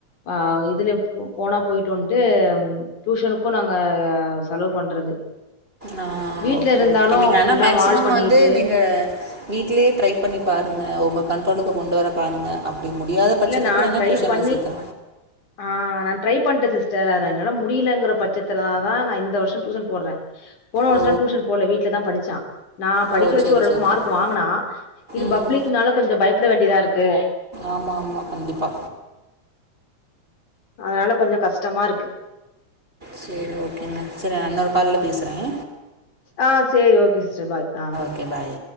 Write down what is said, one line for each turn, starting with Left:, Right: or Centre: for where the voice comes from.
Left: ஆ இதுல போ போனா போயிட்டு வந்ட்டு டியூஷனுக்கும் நாங்க செலவு பண்றது
Right: ஆ
Left: வீட்ல
Right: ஓகே
Left: இருந்தாலும்
Right: ஓகே நீங்க
Left: ஃபுல்லா
Right: ஆனா மேக்சிமம்
Left: வால் பண்ணிட்டு
Right: வந்து நீங்க வீட்லயே ட்ரை பண்ணி பாருங்க உங்க கண்ட்ரோலுக்கு கொண்டு வர பாருங்கள் அப்டி முடியாத பட்சத்துக்கும்
Left: இல்ல நான்
Right: வேணா
Left: ட்ரை
Right: டியூஷன்ல
Left: பண்ணி
Right: சேத்து
Left: ஆ நா ட்ரை பண்றேன் சிஸ்டர் அத என்னால முடியலங்கிற பட்சத்துல தா நா இந்த வருஷம் டியூஷன் போட்றேன் போன வருஷம்ல
Right: ஓ
Left: டியூஷன் போல வீட்டுல தான் படிச்சான் நா படிக்க
Right: ஓ
Left: வச்ச
Right: சேரி
Left: ஓரளவுக்கு
Right: சேரி
Left: மார்க்
Right: சேரி
Left: வாங்குனா இது
Right: ம்
Left: பப்ளிக்னால கொஞ்சம் பயப்பட வேண்டியதா இருக்கு
Right: ஆமா ஆமா கண்டிப்பா
Left: அதனால கொஞ்சம் கஷ்டமா இருக்கு
Right: செரி ஓகேங்கா செர் அன்னொரு கால்ல பேசுறேன்
Left: ஆ செரி ஓகே சிஸ்டர் பாய் ஆ
Right: ஓகே பாய்